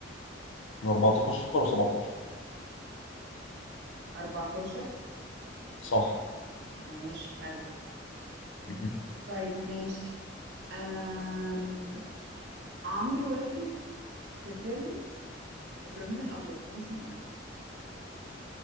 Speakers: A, on the left (about 85°); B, on the right (about 65°).
A: 14 و17
B: 14
A: صح
B: ماشي حلو
A: مهم.
B: طيب ماشي أم... عمرو واكد في فيلم إبراهيم الأبيض كان اسمه إيه؟